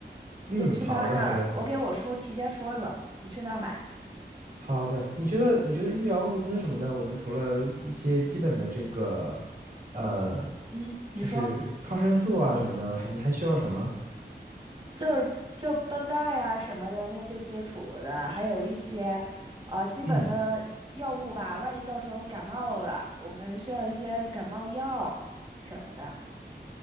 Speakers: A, on the right (about 30°); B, on the right (about 50°).
A: 你再去他那儿，
B: 嗯，好的，好的，
A: 我给我叔提前说说，你去那儿买。
B: 好的。你觉得你觉得医疗物资什么的，我们除了一些基本的这个，呃，
A: 嗯，你说
B: 就是抗生素啊什么的，还你还需要什么？
A: 就是就绷带呀、什么的，那最基础的，还有一些啊基本的药物吧，
B: 嗯，
A: 万一到时候感冒了，我们需要一些感冒药什么的。